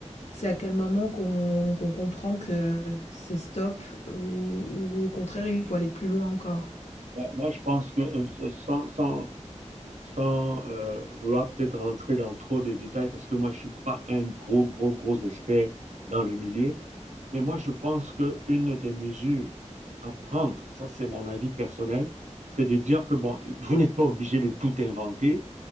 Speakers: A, on the left; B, on the right.
A: c'est à quel moment qu'on qu'on comprend que c'est stop ou ou au contraire, il faut aller plus loin encore?
B: Ben, Moi, je pense que euh, sans, sans, sans euh, vouloir peut-être rentrer dans trop de détails, parce que moi, je ne suis pas un gros, gros, gros expert dans le milieu, mais moi, je pense qu'une des mesures à prendre, ça c'est mon avis personnel, c'est de dire que, bon, vous n'êtes pas obligé de tout inventer,